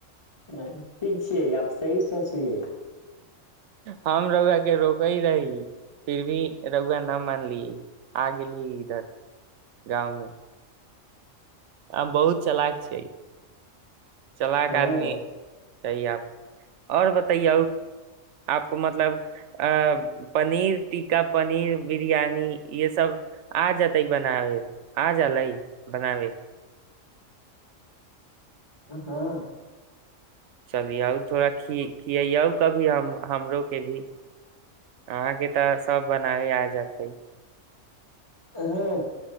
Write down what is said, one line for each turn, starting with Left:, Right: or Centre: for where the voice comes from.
Left: ह ठीक छैियै आब सही सोचलियै
Right: हम रौआ के रोकै रही फिर भी रौआ न मानलियै आ गेलियै इधर गाँव मे आ बहुत चलाक छै चला
Left: हँ
Right: क आदमी चहिए आप आओर बताै आपको मतलब अ पनीर टिक्ा पनीर बिरयानी ये सब आ जेतै बनावे आजालै बनावै
Left: हँ
Right: चलि आउ थोड़ा खी खिय आउ कभी हम हमरो भी अहाँके तऽ सब बनाबे आ जेतै
Left: हँ